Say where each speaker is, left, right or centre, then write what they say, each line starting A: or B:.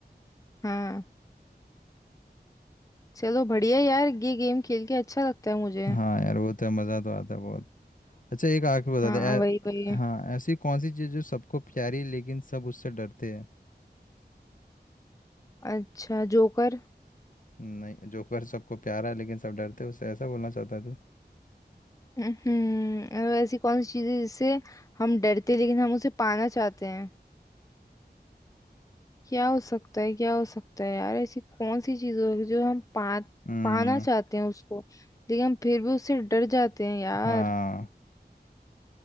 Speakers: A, on the left; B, on the left.
A: हाँ चलो बढ़िया यार ये गेम खेल के अच्छा लगता है मुझे
B: हाँ यार वो तो मज़ा तो आता है बहुत अच्छा एक आखिरी बता
A: हाँ
B: दे ऐ-
A: वही वही
B: हाँ ऐसी कौन सी चीज़ जो सबको प्यारी है, लेकिन सब उससे डरते हैं
A: अच्छा जोकर
B: नहीं जोकर सबको प्यारा है लेकिन सब डरते हैं उससे ऐसा बोलना चाहता है तू
A: हम्म ऐसी कौन सी चीज है जिससे हम डरते लेकिन हम उसे पाना चाहते हैं क्या हो सकता है क्या हो सकता है यार ऐसी कौन सी चीज होगी जो हम पा
B: हम्म
A: पाना चाहते हैं उसको लेकिन हम फिर भी उससे डर जाते हैं यार
B: हाँ